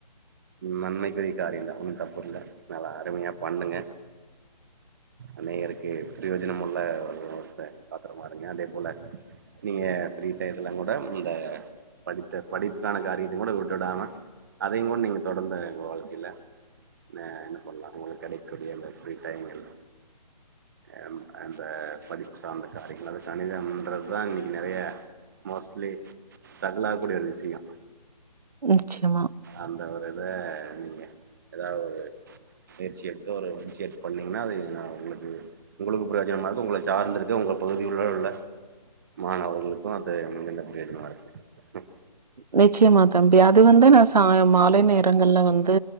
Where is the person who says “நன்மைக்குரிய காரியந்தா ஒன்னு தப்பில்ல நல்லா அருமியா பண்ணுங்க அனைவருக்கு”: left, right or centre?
Right